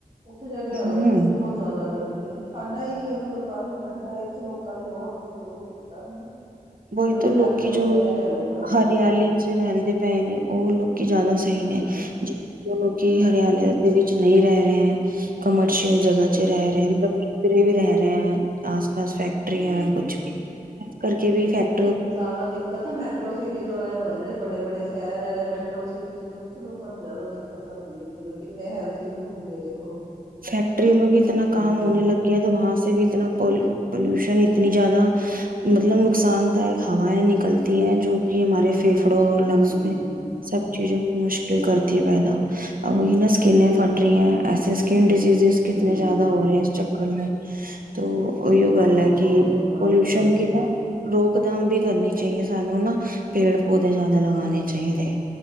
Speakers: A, on the right (about 40°); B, on the right (about 70°).
A: ਉੱਥੇ ਜਾ ਕੇ ਲੱਗਦਾ
B: ਹਮ
A: ਕਿ ਬਹੁਤ ਜ਼ਿਆਦਾ ਗਰਮੀ ਹੈ ਸਾਡਾ ਏਰੀਆ ਮਤਲਬ ਕਾਫ਼ੀ ਠੰਡਾ ਇਥੇ ਲੋਕਾਂ ਨੇ ਬਹੁਤ ਮਤਲਬ ਉਹ ਕੀਤਾ ਹਨਾ ਮਤਲਬ
B: ਉਹੀ
A: ਇਹ
B: ਤਾਂ
A: ਸਟੈਪ
B: ਲੋਕੀ
A: ਲੈ
B: ਜੋ
A: ਲਿਆ ਲੋਕਾਂ ਨੇ ਕਿ
B: ਹਰਿਆਲੀ
A: ਹਾਂ
B: ਚ ਰਹਿੰਦੇ ਪਏ ਨੇ ਉਹ ਲੋਕੀ ਜ਼ਿਆਦਾ ਸਹੀ
A: ਹਮ
B: ਨੇ ਜੀ ਜੋ ਲੋਕੀ ਹਰਿਆਲੇ ਦੇ ਵਿੱਚ ਨਹੀਂ ਰਹਿ ਰਿਹਾ ਹੈ। ਕਮਰਸ਼ੀਅਲ ਜਗਾ
A: ਸਹੀ
B: ਚ ਰਹਿ
A: ਗੱਲ
B: ਰਹੇ
A: ਹੈ
B: ਮਤਲਬ, ਵੀ ਰਹਿ ਰਹੇ ਹੈ ਆਸ ਬਸ ਫੈਕਟਰੀ
A: ਹਮ
B: ਕੁਛ ਵੀ ਕੇ ਵੀ ਫੈਕਟ
A: ਜ਼ਿਆਦਾ ਦਿੱਕਤ ਤਾਂ ਮੈਟਰੋ ਸਿਟੀਜ਼ ਵਾਲਿਆਂ ਨੂੰ ਹੈ ਜਿਹੜੇ ਬੜੇ-ਬੜੇ, ਸ਼ਹਿਰ ਹੈ, ਜਾਂ ਮੈਟਰੋ ਸਿਟੀਜ਼ ਨੇ ਉੱਥੇ ਥੇ ਲੋਕਾਂ ਨੂੰ ਜ਼ਿਆਦਾ ਦਿੱਕਤ ਆਦੀ ਹੈ। ਮਤਲਬ ਕਿੰਨੇ ਹੈਲਥ ਇਸ਼ੂ ਹੁੰਦੇ ਆ ਦੇਖੋ।
B: ਫੈਕਟਰੀ ਮੈ ਵੀ ਇਤਨਾ
A: ਹਮ
B: ਕੰਮ ਹੋਣੇ ਲੱਗਿਆ ਤੇ ਵੀ ਇਤਨਾ ਪੋਲਿਊਸ਼ਨ ਇਤਨੀ ਜ਼ਿਆਦਾ ਮਤਲਬ ਨੁਕਸਾਨਦਾਇਕ ਹਵਾਏ ਨਿਕਲਤੀ ਹੈ, ਜੋ ਕਿ ਹਮਾਰੇ ਫੇਫੇ ਕੱਪੜੋ ਲੰਗਸ
A: ਹਮ
B: ਮੈਂ ਸਭ ਚੀਜ਼ੋ ਮ ਮੁਸ਼ਕਿਲ ਕਰਤੀ ਹੈ ਪੈਦਾ ਅ ਉਨਾ ਨ ਸਕਿਨੇ ਫਟ ਰਹੀ ਐ ਐਸੇ, ਕਿਨ ਡਿਸੀਜ਼ਜ਼
A: ਹਮ
B: ਕਿਤੇੇ ਜ਼ਿਆਦਾ ਹੋ ਰਹੇ ਇਸ ਚ ਕਰਨੇ, ਤੋ ਇਹੀ
A: ਹਾਂ
B: ਗੱਲ ਹੈ, ਕਿ
A: ਬਹੁਤ ਬਿਮਾਰੀਆਂ
B: ਪੋਲੂਸ਼ਨ
A: ਵੱਧ ਰਹੀ
B: ਕਿ ਨਾ
A: ਹੈ
B: ਰੋਕ। ਮੁਦਾਮ ਵੀ ਕਰਨੀ ਚਾਹੀਏ ਸਾਨੂੰ ਨਾ ਪੇੜ ਪੌ ਜ਼ਿਆਦਾ ਲਗਾਣੇ
A: ਹਮ
B: ਚਾਹੀਦੇ